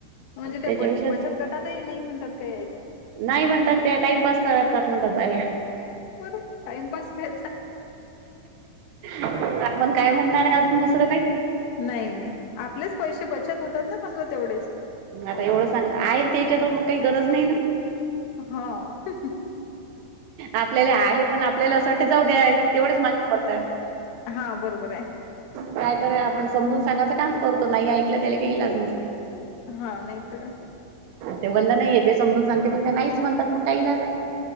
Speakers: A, on the left; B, on the right.
A: म्हणजे त्या
B: त्याच्यापेक्षा
A: ब बचत गटातही नाही म्हणतात काय यायचं?
B: नाही म्हणतात त्या. टाइमपास करतात म्हणतात बाया.
A: अरे! टाइमपास काय?
B: आपण काय म्हणणार आहे अजून दुसरं काही?
A: नाही नाही. आपलेच पैसे बचत होतात ना? समजा तेवढेच.
B: मग आता एवढं सांग. आहे ना त्यांच्याजवळ मग काही गरज नाही ना?
A: हा. हं हं हं.
B: आपल्याले आहे. पण आपल्याला असं वाटत जाऊ द्या तेवढेच मागे पडतात.
A: हा. बरोबर आहे.
B: काय करा? आपण समजून सांगाचं काम करतो. नाही ऐकलं त्याला काही इलाज नसते.
A: हा. नाही तर काय.
B: ते वंदनाही ये ते समजून सांगते पण त्या नाहीच म्हणतात मग काय ईलाज आहे?